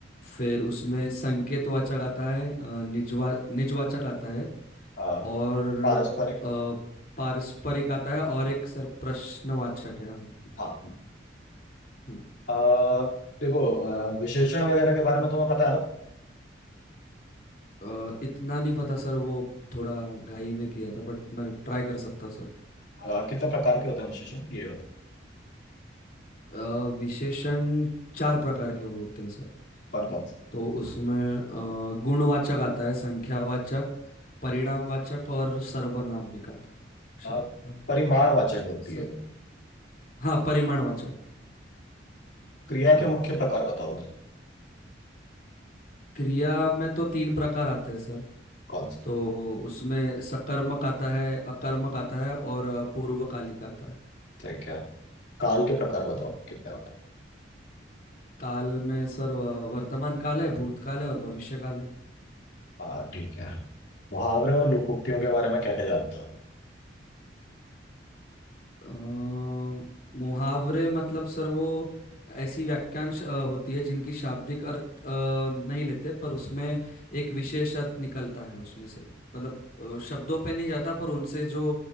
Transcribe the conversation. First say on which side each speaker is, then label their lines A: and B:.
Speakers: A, on the left; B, on the left.
A: फिर उसमें संकेतवाचक आता है अ, निजवा निजवाचक आता है
B: आ,
A: और
B: पारस्परिक
A: अ, पारस्परिक आता है और एक सर प्रश्नवाचक है हाँ
B: हाँ
A: हम्म।
B: आ, देखो आ, विशेषण वगैरह के बारे में तुम्हें पता है ना
A: अ, इतना नहीं पता सर वो थोड़ा घाई में किया था बट मैं ट्राई कर सकता हूँ सर
B: आ, कितने प्रकार के होते हैं विशेषण ये बताओ
A: अ, विशेषण चार प्रकार के होते हैं सर
B: कौन कौन
A: तो उसमें अ, गुणवाचक आता है संख्यावाचक परिणामवाचक और सर्वनामिक आता है
B: अ,
A: शायद हाँ
B: परिमाणवाचक होती
A: सर
B: है
A: हाँ परिमाणवाचक
B: क्रिया
A: हाँ
B: के मुख्य प्रकार बताओ मुझे
A: क्रिया में तो तीन प्रकार आते हैं सर
B: कौन से
A: तो उसमें सकर्मक आता है अकर्मक आता है और अ, पूर्वकालिक आता है
B: ठीक है काल के प्रकार बताओ
A: हम्म।
B: कितने होते हैं
A: काल में सर व- वर्तमान काल है भूतकाल है और भविष्य काल है
B: हाँ ठीक है मुहावरे और लोकोक्तियों के बारे में क्या क्या जानते हो
A: अ, मुहावरे मतलब सर वो ऐसी वाक्यांश अ, होती है जिनकी शाब्दिक अर्थ अ, नहीं लेते पर उसमें एक विशेष अर्थ निकलता है उसमें से मतलब अ, शब्दों पे नहीं जाता पर उनसे जो